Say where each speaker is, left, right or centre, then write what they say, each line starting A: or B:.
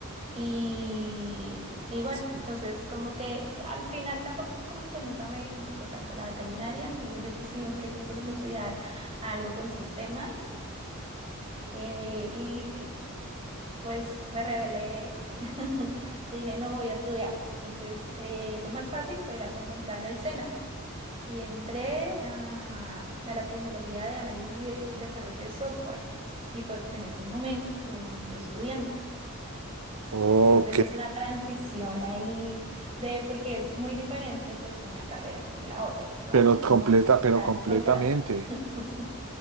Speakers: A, on the right; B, on the right.
A: Y, y bueno,
B: sí.
A: entonces como que al final tampoco como que nunca me gustó tanto la veterinaria, entonces yo que siempre quise como estudiar algo con sistemas eh, y pues me rebelé <laughs> y dije no voy a estudiarlo. Entonces eh, lo más fácil era como entrar en el SENA y entré a, a la tecnología de análisis y desarrollo de software. Y pues en estos momentos lo ando estudiando.
B: Ok,
A: Entonces es una transición ahí de, porque es muy diferente pues una carrera con la otra, ¿no?
B: pero
A: Es
B: completa,
A: como
B: pero
A: tan
B: completamente.
A: contraste. <laughs>